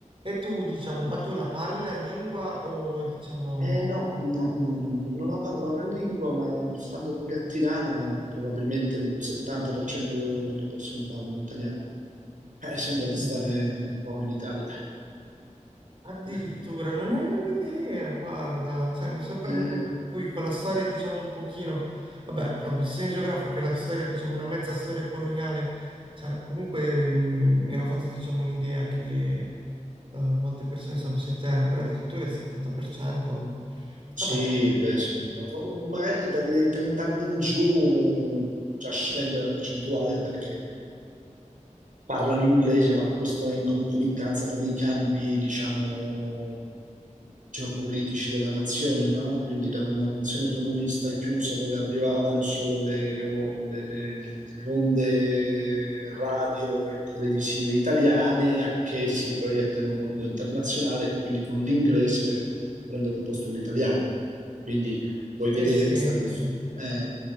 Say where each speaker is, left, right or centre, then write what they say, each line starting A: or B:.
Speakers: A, on the right; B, on the right.
A: E tu, diciamo, ma tu la parli la lingua o, diciamo...
B: Eh no, no, no, no, no, non la parlo la lingua, ma stando qui a Tirana probabilmente il 70% delle persone parlano italiano. Eh, sembra di
A: Sì.
B: stare un po' in Italia.
A: Addirittura,
B: <laughs>
A: non ne avevo idea, guarda, cioè mi sorprende
B: Eh,
A: vabbè, poi quella storia diciamo un pochino, vabbè, con la posizione geografica e la storia diciamo una mezza storia coloniale, cioè comunque mm, mi ero fatto diciamo un'idea che eh, molte persone sapessero il tema, però addirittura il 70%,
B: sì,
A: vabbè,
B: beh, sì, ma po- magari da- dai 30 anni in giù già scende la percentuale perché parlano inglese, ma questo è in concomitanza con i cambi, diciamo, geopolitici della nazione, no? Quindi da una nazione comunista chiusa dove arrivavano solo le, o- le- le- le- le onde radio e televisive italiane a che si proietta in un mondo internazionale, quindi con l'inglese che prende il posto dell'italiano. Quindi puoi
A: eh
B: vedere
A: sì,
B: questa,
A: eh
B: dif-
A: sì.
B: eh,